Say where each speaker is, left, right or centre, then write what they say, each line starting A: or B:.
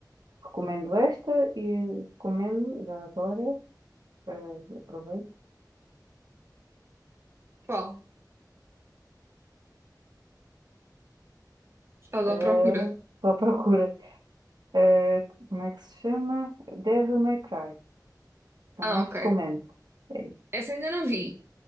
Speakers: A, on the right; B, on the right.
A: recomendo esta e recomendo já agora. eh, aproveito.
B: Qual? Estás
A: eh, eh,
B: à procura?
A: Estou à procura. Eh, como é que se chama? Devil May Cry. Também
B: Ah, ok.
A: recomendo. Eh,
B: Essa ainda não vi.